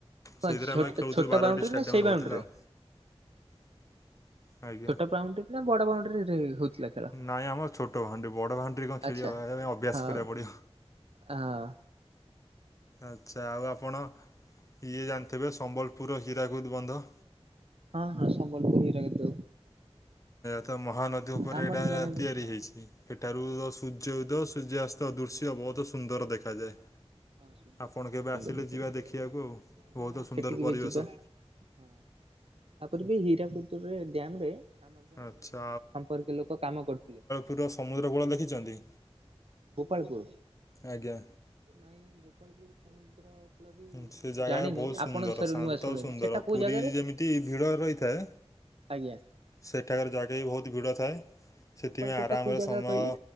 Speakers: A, on the right; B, on the left.
A: କଣ
B: ସେଇଥିରେ
A: ଛୋଟ
B: ଆମେ ଖେଳୁଥିଲୁ
A: ଛୋଟ
B: ବାରବାଟି
A: ବାଉଣ୍ଡ୍ରି
B: ଷ୍ଟାଡିୟମରେ
A: ନା ସେଇ ବାଉଣ୍ଡ୍ରି
B: ହେଉଥିଲା
A: ରେ?
B: ଆଉ। <inaudible> ଆଜ୍ଞା
A: ଛୋଟ ବାଉଣ୍ଡ୍ରି ନା ବଡ ବାଉଣ୍ଡ୍ରିରେ ହଉଥିଲା ଖେଳ?
B: ନାଇଁ ଆମର ଛୋଟ ଭାଣ୍ଡି ବଡ ଭାଣ୍ଡି କଣ ଖି
A: ଆଚ୍ଛା
B: ଅଭ୍ୟାସ
A: ହଉ
B: କରିବାକୁ ପଡିବ।
A: ହଁ
B: ଆଚ୍ଛା ଆଉ ଆପଣ ଇଏ ଜାଣିଥିବେ ସମ୍ବଲପୁରର ହୀରାକୁଦ ବନ୍ଧ।
A: ହଁ ହଁ ସମ୍ବଲପୁର ହୀରାକୁଦ।
B: ତ ମହାନଦୀ ଉପରେ
A: ଆମର
B: ଏଟା
A: ଜଣେ ହଁ
B: ତିଆରି
A: ହଁ
B: ହେଇଛି, ସେଠାରୁ ସୂର୍ଯ୍ୟ ଉଦୟ ସୂର୍ଯ୍ୟା ଅସ୍ତ ଦୃଶ୍ୟ ବହୁତ ସୁନ୍ଦର ଦେଖାଯାଏ।
A: ସୂର୍ଯ୍ୟାସ୍ତ
B: ଆପଣ
A: ବହୁତ
B: କେବେ
A: ସୁନ୍ଦର
B: ଆସିଲେ
A: ଦେଖାଯାଏ
B: ଯିବା ଦେଖିବାକୁ ଆଉ,
A: ହଁ
B: ବହୁତ ସୁନ୍ଦର
A: ସେଠିକି
B: ପରିବେଶ।
A: ବି ଯିବା ହଁ, ତାପରେ ବି ହୀରାକୁଦ ଡ୍ୟାମ ରେ ଆମର ଜଣେ
B: ଆଚ୍ଛା
A: ସମ୍ପର୍କୀୟ ଲୋକ କାମ କରୁଥିଲେ।
B: ପୁରା ସମୁଦ୍ର କୂଳ ଲେଖିଛନ୍ତି?
A: ଗୋପାଳପୁର?
B: ଆଜ୍ଞା
A: ନାଇଁ ଗୋପାଳପୁର ସମୁଦ୍ର ମୁ
B: ହୁଁ, ସେ ଜାଗା
A: ଜାଣିନି
B: ବହୁତ ସୁନ୍ଦର
A: ଆପଣଙ୍କ ସରୁ
B: ଶାନ୍ତ
A: ନୂଆ ଶୁଣିନି,
B: ଆଉ ସୁନ୍ଦର
A: ସେଟା କୋଉ
B: ପୁରୀ
A: ଜାଗାରେ?
B: ଯେମିତି ଭିଡ଼ ରହିଥାଏ
A: ଆଜ୍ଞା।
B: ସେଠାକାର ଜାଗା ବି ବହୁତ ଭିଡ଼ ଥାଏ। ସେଥିପାଇଁ
A: ଗୋପାଳପୁର
B: ଆରାମରେ
A: ଟା କୋଉ ଜାଗା
B: ସମୟ
A: କହିଲେ?